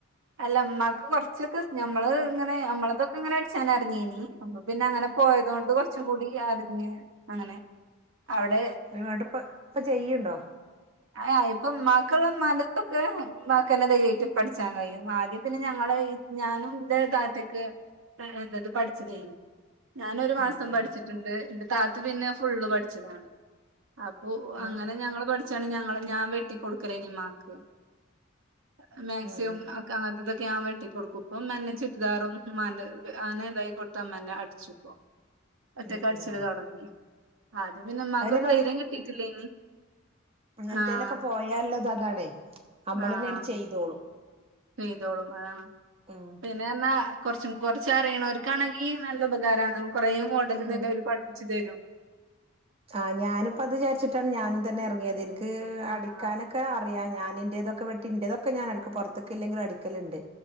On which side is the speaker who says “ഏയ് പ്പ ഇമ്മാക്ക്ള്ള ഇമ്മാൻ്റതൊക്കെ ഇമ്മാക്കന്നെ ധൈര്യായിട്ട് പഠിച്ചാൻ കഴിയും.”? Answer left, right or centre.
Right